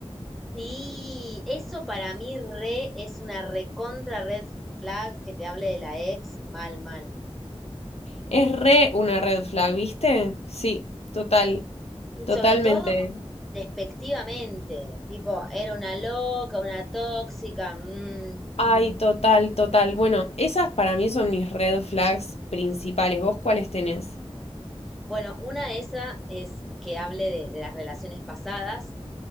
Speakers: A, in the centre; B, on the left.
A: Sí, eso para mí re es una recontra red flag que te hable de la ex mal, mal.
B: Es re una red flag, ¿viste? Sí, total,
A: Y
B: totalmente.
A: sobre todo, despectivamente, tipo, era una loca, una tóxica. mm.
B: Ay, total, total. Bueno, esas para mí son mis red flags principales. ¿Vos cuáles tenés?
A: Bueno, una de esas es que hable de, de las relaciones pasadas